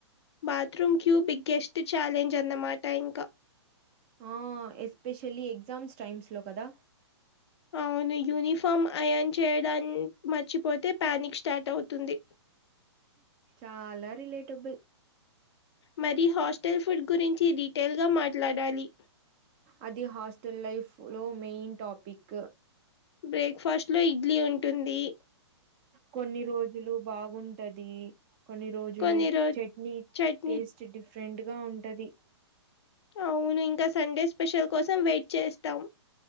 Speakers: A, on the left; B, on the right.
A: బాత్రూమ్ క్యూ బిగ్గెస్ట్ ఛాలెంజ్ అన్నమాట ఇంక
B: ఆ ఎస్పెషలీ ఎగ్జామ్స్ టైమ్స్ లో కదా
A: అవ్ కొను యూనిఫామ్ అయాన్ చేయడాన్ మర్చిపోతే ప్యానిక్ స్టార్ట్ అవుతుంది
B: చాలా రిలేటబుల్
A: మరి హాస్టల్ ఫుడ్ గురించి డీటెయిల్గా మాట్లాడాలి
B: అది హాస్టల్ లైఫ్ లో మెయిన్ టాపిక్
A: బ్రేక్ఫాస్ట్ లో ఇడ్లీ ఉంటుంది
B: కొన్ని రోజులు బాగుంటది కొన్ని రోజులు
A: కొన్ని రో
B: చట్నీ
A: చట్నీ
B: టేస్ట్ డిఫరెంట్ గా ఉంటది
A: అవును ఇంకా సండే స్పెషల్ కోసం వెయిట్ చేస్తాం